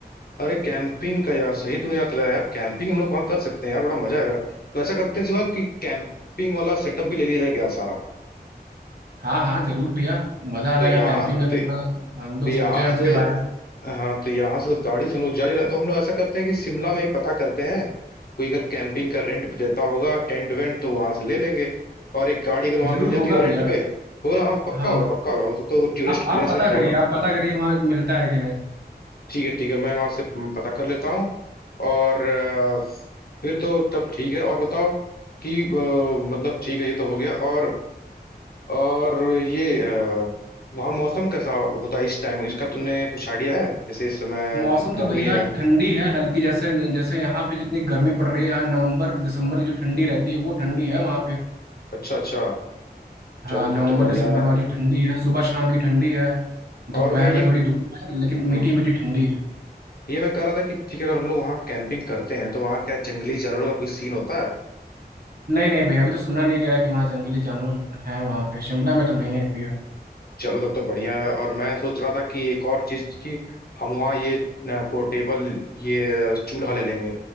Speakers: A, on the left; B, on the right.
A: अरे कैंपिंग का यार सही तूने याद दिलाया यार कैंपिंग हम लोग वहाँ कर सकते हैं यार बड़ा मजा आएगा तो ऐसा करते हैं शिवांग कि कैंपिंग वाला सेटअप भी ले लिया जाए क्या सारा
B: हाँ हाँ जरूर भैया मजा आ
A: तो
B: जाएगा
A: यहाँ
B: कैंपिंग का
A: तो
B: कितना
A: तो
B: हम लोग
A: यहाँ
B: सोचे हैं
A: से
B: उसके बारे में
A: हाँ तो यहाँ से तो गाड़ी से हम लोग जा नहीं रहे हैं। तो हम लोग ऐसा करते हैं कि शिमला में ही पता करते हैं कोई अगर कैंपिंग का रेंट पे देता होगा टेंट वेंट तो वहां से ले लेंगे और एक गाड़ी अगर वहां
B: जरूर
A: मिल जाती
B: होगा
A: है रेंट
B: भैया
A: पे हो रहा हाँ पक्का
B: हाँ
A: होगा पक्का होगा वो तो तो टूरिस्ट
B: आप आप
A: प्लेस
B: पता
A: है तो
B: करिए
A: होगा
B: आप पता करिए वहाँ मिलता है कि नहीं
A: ठीक है ठीक है मैं वहां से पता कर लेता हूँ और अ, फिर तो तब ठीक है और बताओ कि अ, मतलब ठीक है ये तो हो गया और और ये अ, वहाँ मौसम कैसा होता है इस टाइम इसका तुमने कुछ आइडिया है जैसे इस समय
B: मौसम तो
A: गर्मी
B: भैया
A: है
B: ठंडी है हल्की जैसे जैसे यहाँ पे जितनी गर्मी पड़ रही है यहाँ नवंबर दिसंबर की जो ठंडी रहती है वो ठंडी है वहाँ पे
A: अच्छा अच्छा
B: हाँ
A: चलो
B: नवंबर
A: तब तो बढ़िया
B: दिसंबर
A: है
B: वाली ठंडी है सुबह शाम की ठंडी है दोपहर
A: और मैं ये
B: में थोड़ी धूप है लेकिन
A: हम्म,
B: मीठी मीठी ठंडी है
A: ये मैं कह रहा था कि ठीक है अगर हम लोग वहाँ कैंपिंग करते हैं तो वहाँ क्या जंगली जानवरों का कोई सीन होता है
B: नहीं नहीं भैया अभी तो सुना नहीं गया है कि वहाँ जंगली जानवर हैं वहाँ पे शिमला में तो नहीं है भैया
A: चलो तब तो बढ़िया है और मैं सोच रहा था कि एक और चीज की हम वहाँ ये पोर्टेबल ये चूल्हा ले लेंगे